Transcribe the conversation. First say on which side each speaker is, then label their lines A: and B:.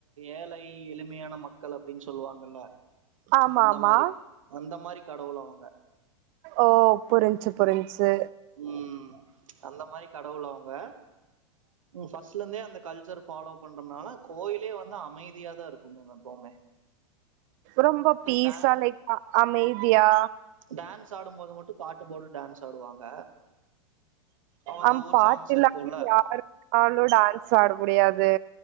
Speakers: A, on the right; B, on the right.
A: ஏழை எளிமையான மக்கள் அப்டின்னு சொல்லுவாங்கல்ல
B: ஆமா
A: அந்த
B: ஆமா
A: மாரி அந்த மாரி கடவுள் அவங்க
B: ஓ புரிஞ்சி புரிஞ்சி
A: ம் அந்த மாரி கடவுள் அவங்க ம் ஃபஸ்ட்லந்தே அந்த கல்ச்சர் ஃபாலோ பண்றனால கோயிலே வந்து அமைதியா தா இருக்கு மேம் எப்போவுமே
B: ரொம்ப பீஸா
A: டான்
B: லைக் அ அமைதியா
A: டான்ஸ் ஆடும்போது மட்டு பாட்டு போட்டு டான்ஸ் ஆடுவாங்க அவங்க
B: ஆ
A: ஊர்
B: பாட்டுலா
A: சாங்ஸ் இருக்குல்ல
B: இல்லாம யாராலு டான்ஸ் ஆட முடியாது